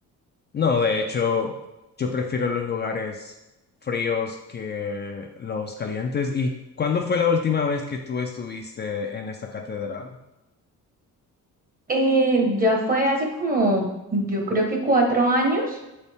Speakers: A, on the left; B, on the right.
A: No, de hecho, yo prefiero los lugares fríos que los calientes. ¿Y cuándo fue la última vez que tú estuviste en esta catedral?
B: Eh, ya fue hace como, yo creo que cuatro años.